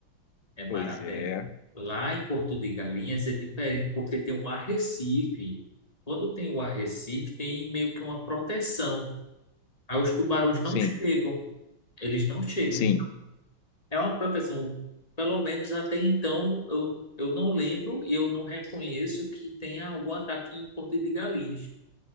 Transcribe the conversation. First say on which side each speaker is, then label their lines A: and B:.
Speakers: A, on the left (about 15°); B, on the left (about 85°).
A: É mar
B: Pois
A: aberto.
B: é,
A: Lá em Porto de Galinhas é diferente, porque tem um arrecife. Quando tem o arrecife, tem meio que uma proteção. Aí os tubarões não
B: sim,
A: chegam. Eles não chegam.
B: sim,
A: É uma proteção. Pelo menos até então, eu, eu não lembro e eu não reconheço que tenha algum ataque em Porto de Galinhas.